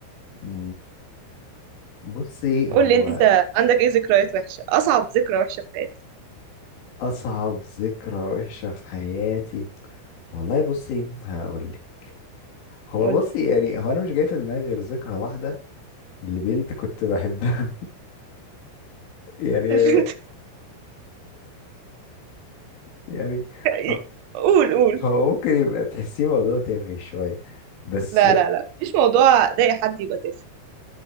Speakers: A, on the left (about 70°); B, on the right (about 85°).
A: مم. بصي هو
B: قول لي انت عندك ايه ذكريات وحشه اصعب ذكرى وحشه في حياتك
A: اصعب ذكرى وحشة في حياتي والله بصي هقولك هو
B: قول
A: بصي يعني هو انا مش جاي في دماغي غير ذكرى واحدة لبنت كنت بحبها <laughs> يعني
B: لي
A: يعني
B: <laughs>
A: هو
B: قول قول
A: هو ممكن يبقى تحسيه موضوع تافه شوية بس
B: لا لا لا مفيش موضوع ضايق حد يبقى تافه